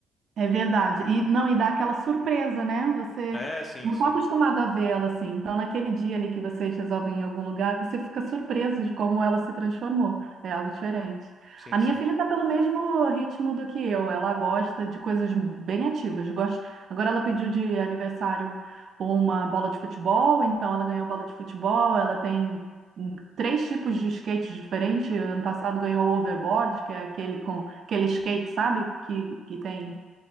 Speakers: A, on the right; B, on the left.
A: É verdade. E não, e dá aquela surpresa, né? Você
B: É, sim,
A: não
B: sim.
A: está acostumado a vê-la assim. Então, naquele dia ali que vocês resolvem ir em algum lugar, você fica surpreso de como ela se transformou. É algo diferente.
B: Sim,
A: A minha
B: sim.
A: filha está pelo mesmo ritmo do que eu. Ela gosta de coisas bem ativas. Gosta... Agora ela pediu de aniversário uma bola de futebol, então ela ganhou a bola de futebol. Ela tem hum, três tipos de skates diferentes. Ano passado ganhou o overboard, que é aquele com aquele skate, sabe? Que, que tem